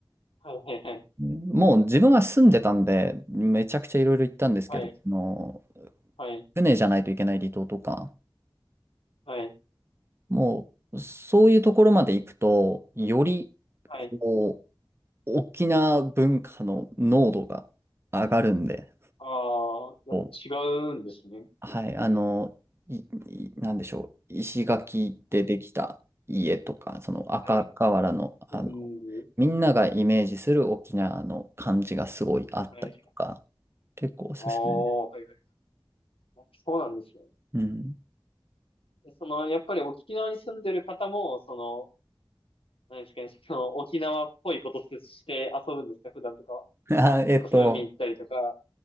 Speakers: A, on the left (about 90°); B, on the right (about 25°).
A: はい。はい。
B: もう自分は住んでたんで、めちゃくちゃいろいろ行ったんですけど、
A: はい。
B: あの、
A: はい。
B: 船じゃないといけない離島とか、
A: はい。
B: もう、そういうところまで行くと、より、
A: はい。
B: こう、沖縄文化の濃度が上がるんで、
A: ああー、やっぱ違うんですね。
B: こうはい、あの、い、いなんでしょう、石垣でできた家とか、
A: はい。
B: その赤瓦の、
A: はい。
B: あの、
A: うーん。
B: みんながイメージする沖縄の感じがすごいあったりとか、
A: はい。
B: 結構おすすめです。
A: ああ、はいはいはい。そうなんですよ
B: うん。
A: その、やっぱり沖縄に住んでる方も、その、何ですかね、その、沖縄っぽいことして遊ぶんですか、普段とかは。
B: <laughs> あ、
A: それこそ海行ったりとか。
B: えっと、